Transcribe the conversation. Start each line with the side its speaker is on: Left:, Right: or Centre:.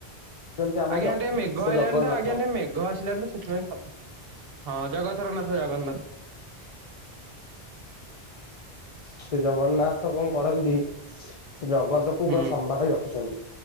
Left: ହେଉଛନ୍ତି ଆମ
Right: ଆଜ୍ଞା
Left: ଜ
Right: ଟିକେ ମେଘ
Left: ସେ
Right: ଆଇଲାଣି
Left: ଜଗନ୍ନାଥ
Right: ତ ଆଜ୍ଞା ଟିକେ ମେଘ ଆସିଲାଣି ତ ସେଥିପାଇଁ ହଁ ଜଗଥର ନାଥ ଜଗନ୍ନାଥ।
Left: ସେ ଜଗନ୍ନାଥ କଁ କରନ୍ତି ସେ ଜଗତକୁୁ
Right: ହୁଁ
Left: ପୁରା ସମ୍ଭାଳି ରଖିଛନ୍ତି।